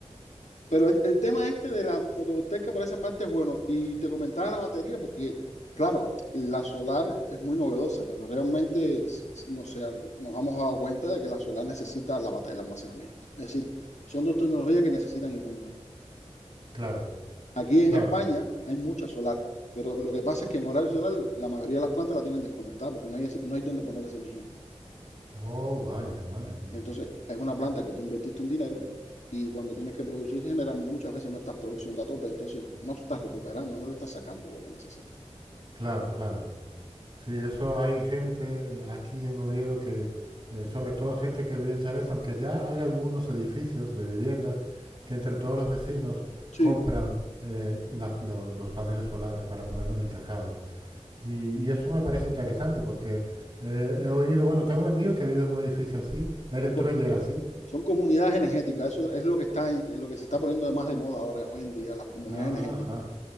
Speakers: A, on the left; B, on the right.
A: pero el, el tema este de la fotovoltaica por esa parte es bueno, y te comentaba la batería, porque claro, la solar es muy novedosa, pero realmente s- s- no sé, al- nos hemos dado cuenta de que la solar necesita la bate- el almacenamiento, es decir, son dos tecnologías que necesitan ir juntas.
B: Claro,
A: Aquí en
B: claro.
A: España hay muchas solares, pero lo que pasa es que en horario solar la mayoría de las plantas la tienen desconectada porque no hay, ese- no hay donde poner esa energía.
B: Oh, vaya, madre mía.
A: Entonces, es una planta que tú invertiste un dinero y cuando tienes que producir, genera muchas veces no estás produciendo a tope, entonces no estás recuperando, no le estás sacando lo que necesitas.
B: Claro, claro. Sí, eso hay gente aquí en Oviedo que, eh, sobre todo gente que vive en chalés, aunque ya hay algunos edificios de viviendas que entre todos los vecinos
A: Sí,
B: compran eh, la- lo- los paneles solares para ponerlo en el tejado. Y, y eso me parece interesante porque eh, he oído, bueno, tengo un amigo que vive en un edificio así, él entró
A: co-
B: y era así.
A: son comunidades energéticas, eso es lo que está en- en lo que se está poniendo de más de moda ahora hoy en día, las comunidades
B: Ajá,
A: energéticas,